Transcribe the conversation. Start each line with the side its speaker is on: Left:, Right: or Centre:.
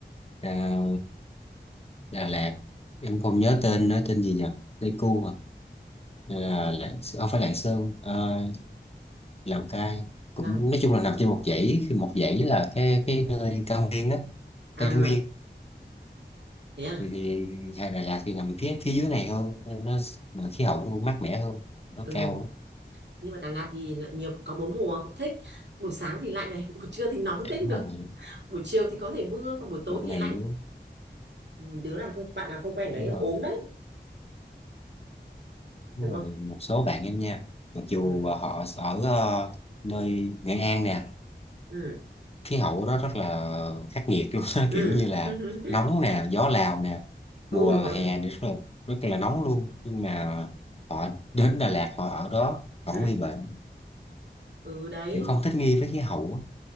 Left: à, Đà Lạt em không nhớ tên nó tên gì nhỉ Pleiku à Hay là Lạng, không phải Lạng Sơn ờ, Lào Cai cũng
Right: Lào
Left: nói chung là nằm trên một dãy khi một dãy là cái cái nơi cao nguyên á Tây
Right: à
Left: Nguyên
Right: thế à
Left: thì, thì hay Đà Lạt thì nằm phía phía dưới này hơn nên nó mà khí hậu nó mát mẻ hơn nó
Right: ừ
Left: cao
Right: nhưng mà Đà Lạt thì lại nhiều có bốn mùa cũng thích buổi sáng thì lạnh này <laughs> buổi trưa thì nóng
Left: á.
Right: kinh
Left: đúng
Right: được
Left: rồi
Right: buổi chiều thì có thể mưa còn buổi tối
Left: một
Right: thì
Left: ngày
Right: lạnh
Left: nữa
Right: Ừ, đứa nào không bạn nào không quen đấy
Left: đúng
Right: là
Left: rồi
Right: ốm đấy
Left: đúng
Right: đúng
Left: rồi
Right: không
Left: một số bạn em nha mặc dù
Right: ừ
Left: họ ở ờ, nơi Nghệ An nè
Right: ừ
Left: khí hậu đó rất là khắc nghiệt luôn <laughs>
Right: ừ
Left: kiểu như là
Right: <laughs>
Left: nóng nè gió Lào nè mùa
Right: ừ rồi
Left: hè thì rất là rất là nóng luôn nhưng mà họ đến Đà Lạt họ ở đó vẫn
Right: ừ
Left: nguy bệnh
Right: ừ đấy
Left: kiểu không thích nghi với khí hậu á.